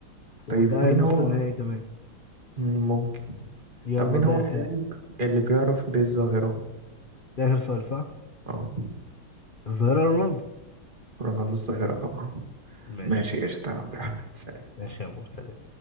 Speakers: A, on the left; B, on the right.
A: وتأهل
B: طيب مين
A: نص
B: هو
A: النهائي كمان
B: مم، ممكن
A: يلا
B: طب مين
A: ده
B: هو
A: آخر
B: اللاعب اللي بيعرف بالظاهرة
A: ده آخر سؤال صح
B: اه
A: الظاهرة رونالدو
B: رونالدو الظاهرة طبعا
A: ماشي
B: ماشي قشطة يا عبد الرحمن سلام
A: ماشي يا مرتضى